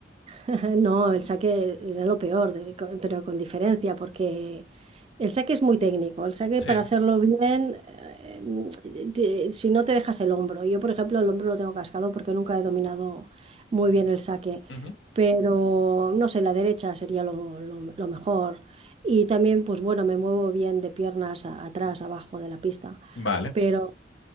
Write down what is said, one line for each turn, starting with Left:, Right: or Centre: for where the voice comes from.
Right: <laughs> No, el saque era lo peor, de- co- pero con diferencia, porque el saque es muy técnico. El saque
Left: Sí.
Right: para hacerlo bien, eh, mm, te- si no te dejas el hombro. Yo, por ejemplo, el hombro lo tengo cascado porque nunca he dominado muy bien el saque,
Left: Ujú.
Right: pero no sé, la derecha sería lo, lo- lo mejor. Y también, pues bueno, me muevo bien de piernas a- atrás, abajo de la pista,
Left: Vale.
Right: pero,